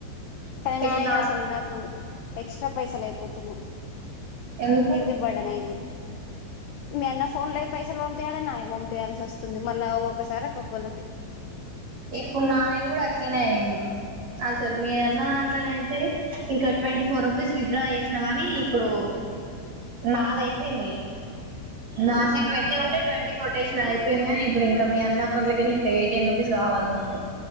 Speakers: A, on the left (about 85°); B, on the right (about 90°).
A: కానీ
B: ఇప్పుడు
A: నాయి
B: నాలుగు
A: అసలు నాకు ఎక్స్ట్రా పైసలు అయిపోతన్నాయి తున్నాయి
B: ఎందుకు
A: హెవి బడెన్ అయితాంది మీ అన్న వ ఫోన్ లో పైసలు పంపేయాలి నాయే పంపేయాల్సి వస్తుంది మళ్ళీ ఒక్కొక్కసారి ఒక్కొక్కళ్ళకి
B: ఇప్పుడు నాయి కూడా అట్లనే అయింది అసలు మీ అన్న అట్నయితే ఇంకా ట్వంటీ ఫోర్ రూపీస్ విత్డ్రా చే నాని ఇప్పుడు నాదీ అయిపోయింది నాది ట్వంటీ ఉంటే ట్వంటీ కొట్టేసిన అయిపోయింది కానీ ఇప్పుడు ఇంకా మీ అన్న అకౌంట్ లోకి వెళ్లి ఎయిటీన్ రూపీస్ కావాలి నా నాకు